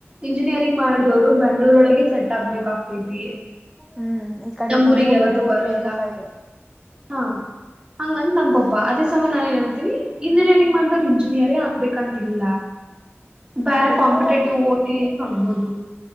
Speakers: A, on the right; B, in the centre.
A: ಇಂಜಿನಿಯರಿಂಗ್ ಮಾಡಿದವರು ಬೆಂಗ್ಳೂರೊಳಗೆ ಸೆಟ್ ಆಗ್ಬೇಕಾಗ್ತೈತಿ
B: ಹ್ಮ್ ಈ ಕಡೆ
A: ನಮ್ಮೂರಿಗೆಾವತ್ತು
B: ನಮ್ಮೂರ್ ಕಡೆ ಹೋದ್ರೆ
A: ಬರಲ್ಲ
B: ಏನು ಫಾಯ್ದೆ ಇಲ್ಲ.
A: ಹಾ ಹಂಗ ನಂಬೊಬ್ಬ ಅದೇ ಸಂಬಂಧ ನಾನ್ ಏನ ಅಂತೀನಿ ಇಂಜಿನಿಯರಿಂಗ್ ಮಾಡಿದವರು ಇಂಜಿನಿಯರಿ್ ಆಗ್ಬೇಕಂತ ಇಲ್ಲ
B: <inaudible>
A: ಬೇರೆ
B: ಬೆಂಗ್ಳೂರಾಗ
A: ಕಾಂಪಿಟೇಟಿವ್ ಓದಿ ಆಗ್ಬೋದು